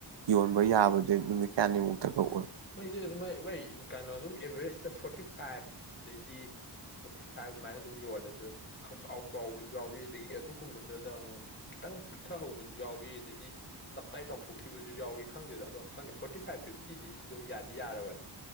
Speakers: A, on the right (about 85°); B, on the left (about 25°).
A: ꯌꯣꯟꯕ ꯌꯥꯕꯁꯦ ꯅꯨꯃꯤꯠ ꯀꯌꯥꯅꯤꯃꯨꯛꯇꯒ ꯑꯣꯏ
B: ꯃꯣꯏꯁꯦ ꯑꯗꯨꯃꯥꯏ ꯍꯩ ꯀꯩꯅꯣ ꯑꯗꯨꯝ ꯑꯦꯚꯔꯦꯁꯇ ꯐꯣꯔꯇꯤ ꯐꯥꯏꯚ ꯑꯗꯩꯗꯤ ꯐꯣꯔꯇꯤ ꯐꯥꯏꯚ ꯑꯗꯨꯃꯥꯏꯅ ꯑꯗꯨꯝ ꯌꯣꯜꯂꯦ ꯑꯗꯣ ꯈꯪꯆ ꯆꯥꯎꯕꯁꯨ ꯌꯥꯎꯋꯤ ꯑꯗꯒꯤ ꯑꯗꯨꯒꯨꯝꯕꯗꯨꯗ ꯑꯃꯨꯛ ꯈꯤꯇꯪ ꯄꯤꯛꯊꯍꯧꯕꯁꯨ ꯌꯥꯎꯏꯤ ꯑꯗꯩꯗꯤ ꯇꯞꯇꯥꯏ ꯆꯥꯎꯊꯣꯛꯈꯤꯕꯁꯨ ꯌꯥꯎꯏꯤ ꯈꯪꯗꯦꯗ ꯑꯗꯣ ꯈꯪꯗꯦ ꯐꯣꯔꯇꯤ ꯐꯥꯏꯚ ꯐꯤꯐꯇꯤꯗꯩ ꯁꯤ ꯑꯗꯨꯝ ꯌꯥꯗꯤ ꯌꯥꯔꯕꯅꯤ